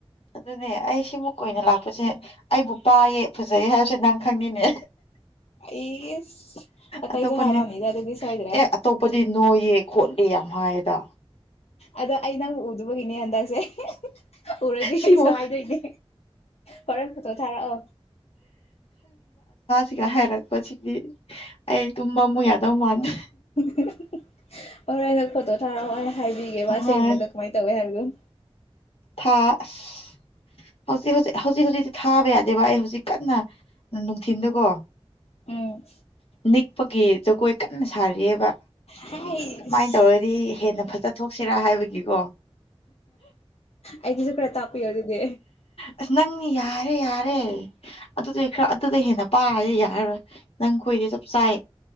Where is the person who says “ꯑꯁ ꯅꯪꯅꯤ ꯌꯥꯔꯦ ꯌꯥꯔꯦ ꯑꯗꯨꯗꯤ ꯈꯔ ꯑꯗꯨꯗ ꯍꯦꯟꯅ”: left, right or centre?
Left